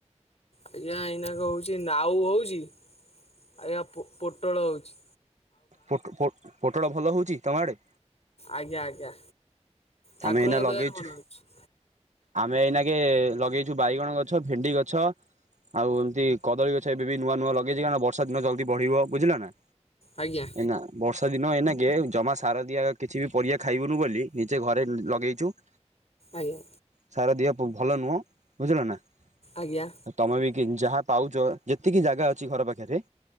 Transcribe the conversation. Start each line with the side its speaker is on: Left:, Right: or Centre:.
Left: ଆଜ୍ଞା ଏଇନାକେ ହଉଚି ନାଉ ହଉଚି ଆଜ୍ଞା ପ ପୋଟଳ ହଉଚି।
Right: ପଟ ପଟ ପୋଟଳ ଭଲ ହଉଚି ତମ ଆଡ଼େ?
Left: ଆଜ୍ଞା ଆଜ୍ଞା ଠାକୁରଙ୍କ
Right: ଆମେ ଏଇନା ଲଗେଇଛୁ
Left: ଦୟାରୁ ଭଲ ହଉଚି।
Right: ଆମେ ଏଇନାଗେ ଲଗେଇଚୁ ବାଇଗଣ ଗଛ ଭେଣ୍ଡି ଗଛ ଆଉ ଏମିତି କଦଳୀ ଗଛ ଏବେବି ନୂଆ ନୂଆ ଲଗେଇଚି କାରଣ ବର୍ଷା ଦିନ ଜଲ୍ଦି ବଢିବ ବୁଝିଲନା।
Left: ଆଜ୍ଞା
Right: ଏନା ବର୍ଷା ଦିନ ଏନାକେ ଜମା ସାର ଦିଆ କିଛିବି ପରିବା ଖାଇବୁନୁ ବୋଲି ନିଜେ ଘରେ ଲଗେଇଚୁ <inaudible>
Left: ଆଜ୍ଞା।
Right: ସାର ଦିଆ ଭଲ ନୁହଁ ବୁଝିଲନା।
Left: ଆଜ୍ଞା।
Right: ଆ ତମେବି ଯାହା ପାଉଚ ଯେତିକି ଜାଗା ଅଛି ଘର ପାଖରେ